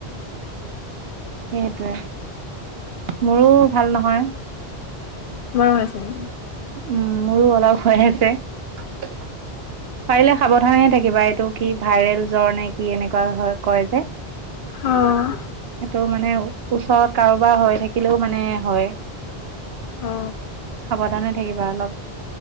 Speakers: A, on the right; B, on the left.
A: সেইটোৱে মোৰো ভাল নহয়
B: গৰম হৈছে নেকি
A: উম মোৰো অলপ হৈ আছে পাৰিলে সাৱধানেহে থাকিবা এইটো কি ভাইৰেল জ্বৰ নে কি এনেকুৱা হয় কয় যে সেইটো
B: অ',
A: মানে ওচৰত কাৰোবাৰ হৈ থাকিলেও মানে হয়
B: অ
A: সাৱধানে থাকিবা অলপ